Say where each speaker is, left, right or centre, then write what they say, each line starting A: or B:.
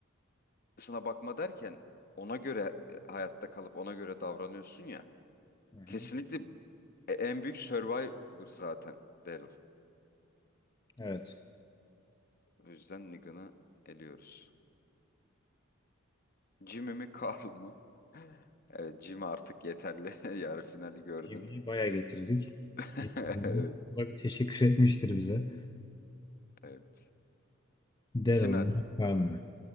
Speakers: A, on the left; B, on the left.
A: arkasına bakma derken ona göre e, hayatta kalıp ona göre davranıyorsun ya.
B: Hı hı.
A: Kesinlikle e- en büyük survivor zaten Daryl.
B: Evet.
A: O yüzden Negan'ı eliyoruz. Jimmy mi Carl mı? <laughs> Evet Jimmy artık yeterli. <laughs> Yarı finali gördün.
B: Jimmy'yi bayağı getirdik.
A: <laughs>
B: Yeterli.
A: Evet,
B: Bu da bir teşekkür <laughs> etmiştir bize.
A: evet.
B: Daryl
A: Final.
B: mı? Carl mı?